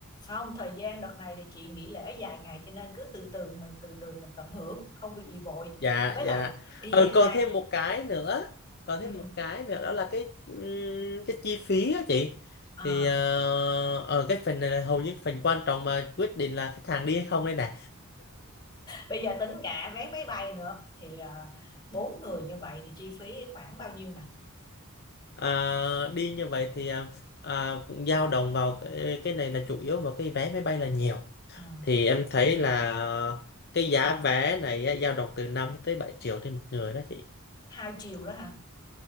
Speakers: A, on the left (about 20°); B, on the left (about 50°).
A: Không, thời gian đợt này thì chị nghỉ lễ dài ngày cho nên cứ từ từ mình từ từ mình tận hưởng, không việc gì vội.
B: dạ
A: Với
B: dạ
A: lại đi
B: ờ
A: với hai
B: còn thêm một cái nữa còn
A: ừ.
B: thêm một cái nữa đó là cái ừm, cái chi phí á chị
A: à.
B: thì ờ, ở cái phần này là hầu như phần quan trọng mà quyết định là khách hàng đi hay không đây này
A: Bây giờ tính cả vé máy bay nữa thì à, bốn người như vậy thì chi phí khoảng bao nhiêu nè?
B: Ờ, đi như vậy thì ờ, ờ, cũng dao động vào cái, cái này là chủ yếu vào cái vé máy bay là nhiều
A: Ừ.
B: thì em thấy là ờ, cái giá vé này á, dao động từ 5 cho tới 7 triệu trên một người đó chị
A: Hai triệu đó hả?